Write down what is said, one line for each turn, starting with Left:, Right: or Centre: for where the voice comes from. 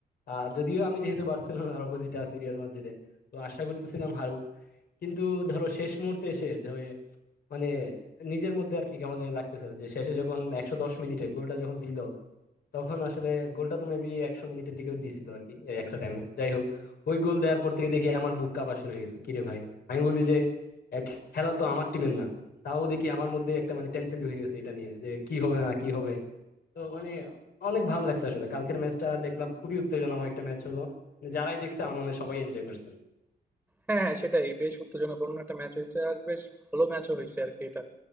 Left: আহ যদিও আমি যেহেতু বার্সেলোনার অপোজিটে আছি রিয়াল মাদ্রিদে তো আশা করতেছিলাম হারুক কিন্তু ধরো শেষ মুহূর্তে এসে ধরে মানে নিজের মধ্যে আর কি কেমন জানি লাগতেছিল যে শেষে যখন একশো দশ মিনিটে গোলটা যখন দিল তখন আসলে গোলটা তো মেবি একশো মিনিটের দিকেও দিছিল আর কি এক্সট্রা টাইমে যাই হোক ওই গোল দেওয়ার পর থেকে দেখি আমার বুক কাঁপা শুরু হয়ে গেছে কিরে ভাই আমি বলি যে এ, খেলা তো আমার টিমের না তাও দেখি আমার মধ্যে একটা মানে টেনশন ঢুকে গেছে এটা নিয়ে যে কি হবে না কি হবে তো মানে অনেক ভালো লাগছে আসলে কালকের ম্যাচটা দেখলাম খুবই উত্তেজনাময় একটা ম্যাচ হলো মানে যারাই দেখছে আমার মনে হয় সবাই এনজয় করছে
Centre: হ্যাঁ, হ্যাঁ সেটাই। বেশ উত্তেজনাপূর্ণ একটা ম্যাচ হইছে। আর বেশ ভালো ম্যাচও হইছে আরকি এটা।